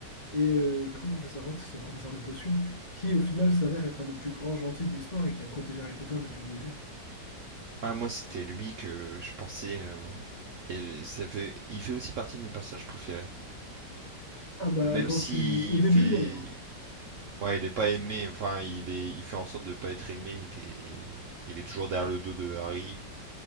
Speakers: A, on the left; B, on the right.
A: Et euh, du coup, professeur Rogue, c'est son professeur de potions, qui au final s'avère être un des plus grands gentils de l'histoire et qui a protégé Harry Potter depuis le début.
B: Ah, moi, c'était lui que je pensais. euh, et ça fait, il fait aussi partie de mes personnages préférés.
A: Ah bah
B: Même
A: quand
B: s'il
A: tu... Au début,
B: fait.
A: non. hein.
B: Ouais, il est pas aimé. Enfin, il est, il fait en sorte de pas être aimé. Il est, il est toujours derrière le dos de Harry.